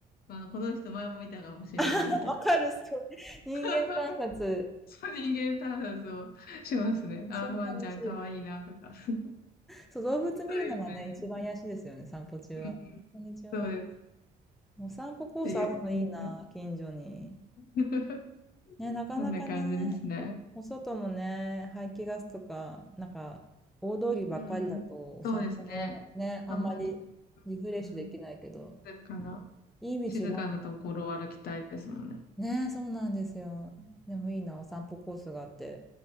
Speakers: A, on the left (about 65°); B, in the centre.
A: まあ、この人前も見たかもしれないみたいな。
B: <laughs> わかる、すごい。人間観察。
A: <laughs> そう人間観察をしますね。
B: 一緒に楽しい。
A: あー、ワンちゃんかわいいなとか。<laughs> そ
B: そう、動物見るのがね、
A: ういう感じ。
B: 一番癒しですよね、散歩中は。
A: うんそうです。
B: こんにちは。お散歩コースあるのいいな、
A: っていう感
B: 近所に。
A: じで。<laughs>
B: ね、なかなかね、
A: そんな感じですね。
B: お外もね、排気ガスとか、なんか、大通りばっかりだと、
A: うん。
B: お散歩もね、
A: そうですね。
B: あんまりリフレッシュできないけど、
A: あんまり、うん、静かな、
B: いい道が、
A: 静かなところを歩きたいですもんね。
B: ね、そうなんですよ。でもいいな、お散歩コースがあって、